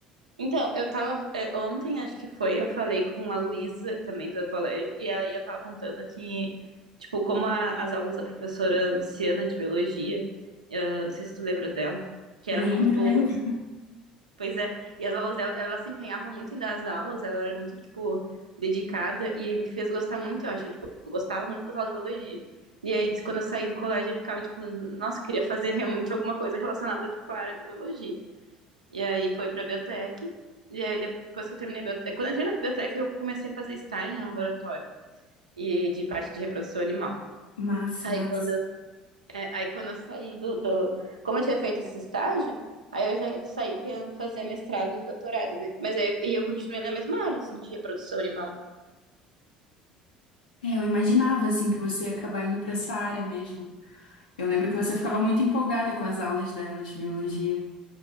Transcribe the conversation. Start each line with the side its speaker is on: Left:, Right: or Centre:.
Right: Então, eu tava. eh, Ontem, acho que foi, eu falei com a Luísa, também do colégio, e aí eu tava contando que, tipo, como a- as aulas da professora Luciana de biologia, eh, não sei se tu lembra dela, que eram
Left: Lembro,
Right: muito boas.
Left: lembro.
Right: Pois é. E as aulas dela, ela se empenhava muito em dar as aulas, ela era muito, tipo, dedicada e me fez gostar muito, eu acho. Tipo, eu gostava muito das aulas de biologia. E aí, quando eu saí do colégio, eu ficava, tipo, nossa, eu queria fazer realmente alguma coisa relacionada, tipo, à área de biologia. E aí foi pra biotec. E aí, depois que eu terminei a biotec, quando eu entrei na biotec, eu comecei a fazer estágio no laboratório e de parte de reprodução animal.
Left: Massa,
Right: Aí,
Left: massa.
Right: quando eu é, aí quando eu saí do, do. Como eu tinha feito esse estágio, aí eu já saí querendo fazer mestrado e doutorado, né? Mas aí eu, e eu continuei na mesma área, assim, de reprodução animal.
Left: É, eu imaginava assim que você ia acabar indo para essa área mesmo. Eu lembro que você ficava muito empolgada com as aulas dela de biologia.